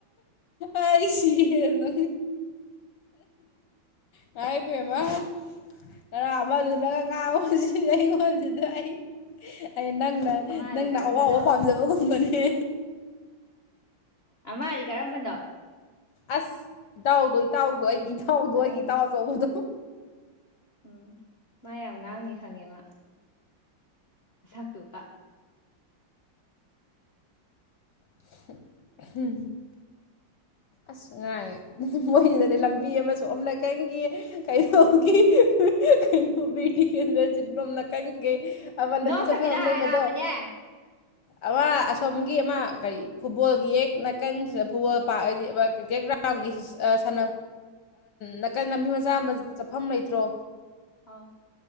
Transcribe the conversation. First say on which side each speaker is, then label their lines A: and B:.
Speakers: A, on the left; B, on the left.
A: ꯑꯩ ꯁꯤꯔꯦ <unintelligible> ꯉꯥꯏꯕꯦꯝꯃ ꯉꯔꯥ ꯑꯃꯗꯨꯗꯒ ꯉꯥꯡꯉꯨꯁꯤ ꯁꯤ ꯑꯩꯉꯣꯟꯁꯤꯗ ꯑꯩ ꯑꯩ ꯅꯪꯅ
B: ꯑꯃꯗꯤ
A: ꯅꯪꯅ
B: ꯀꯔꯝꯕꯅꯣ
A: ꯑꯋꯥꯕ ꯄꯥꯝꯖꯕꯒꯨꯝꯕꯅꯦ
B: ꯑꯃ ꯑꯗꯤ ꯀꯔꯝꯕꯟꯗꯣ
A: ꯑꯁ ꯏꯇꯥꯎꯗꯣ ꯏꯇꯥꯎꯗꯣ ꯑꯩꯒꯤ ꯏꯇꯥꯎꯗꯣ
B: ꯑꯣ
A: ꯑꯩꯒꯤ ꯏꯇꯥꯎ ꯑꯆꯧꯕꯗꯣ
B: ꯎꯝ ꯃꯥ ꯌꯥꯝ ꯉꯥꯡꯅꯤ ꯈꯪꯉꯦꯕ ꯁꯛꯇꯨ ꯀ
A: <inaudible> ꯑꯁ ꯉꯥꯏ ꯃꯣꯏꯁꯤꯗꯗꯤ ꯂꯝꯕꯤ ꯑꯃꯁꯨ ꯑꯝꯅ ꯀꯪꯈꯤ ꯀꯩꯅꯣꯒꯤ ꯀꯩꯅꯣ ꯕꯤꯔ ꯊꯀꯦꯟꯗ꯭ꯔ ꯆꯤꯠꯕꯝ ꯅꯀꯟꯒꯦ ꯑꯕ ꯂꯝꯕꯤ
B: ꯅꯣꯛꯇꯕꯤꯗ
A: ꯆꯠꯐꯝ ꯑꯃ
B: ꯍꯥꯏꯌꯣ
A: ꯂꯩꯕꯗꯣ
B: ꯍꯥꯏꯕꯅꯦ
A: ꯑꯃ ꯑꯁꯣꯝꯒꯤ ꯑꯃ ꯀꯔꯤ ꯐꯨꯠꯕꯣꯜꯒꯤ ꯌꯦꯛ ꯅꯥꯀꯟꯁꯤꯗ ꯐꯨꯠꯕꯣꯜ ꯄꯥꯛ ꯍꯥꯏꯗꯤ ꯀ꯭ꯔꯤꯀꯦꯠ ꯭ꯔꯥꯎꯟ ꯁꯥꯟꯅ ꯅꯥꯀꯟ ꯂꯝꯕꯤ ꯃꯆꯥ ꯑꯃ ꯆꯠꯐꯝ ꯂꯩꯇ꯭ꯔꯣ
B: ꯑꯥꯎ